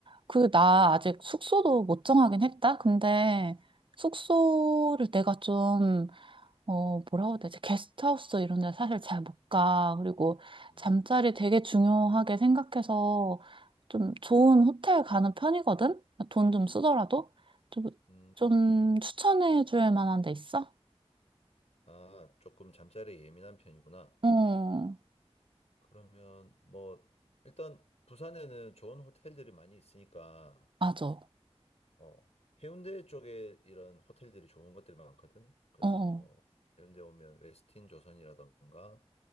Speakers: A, on the right; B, on the left.
A: 그, 나 아직 숙소도 못 정하긴 했다. 근데 숙소를 내가 좀 어, 뭐라고 해야 되지? 게스트하우스 이런 데 사실 잘 못 가. 그리고
B: 음.
A: 잠자리 되게 중요하게 생각해서 좀 좋은 호텔 가는 편이거든? 돈 좀 쓰더라도? 좀,
B: 음.
A: 좀
B: 음.
A: 추천해 줄 만한 데 있어?
B: 아, 조금 잠자리에 예민한 편이구나.
A: 어,
B: 그러면 뭐 일단 부산에는 좋은 호텔들이 많이 있으니까
A: 맞아. 어.
B: 어, 해운대 쪽에 이런 호텔들이 좋은 것들이 많거든. 그래서
A: 어.
B: 뭐 해운대 오면 웨스틴 조선이라던가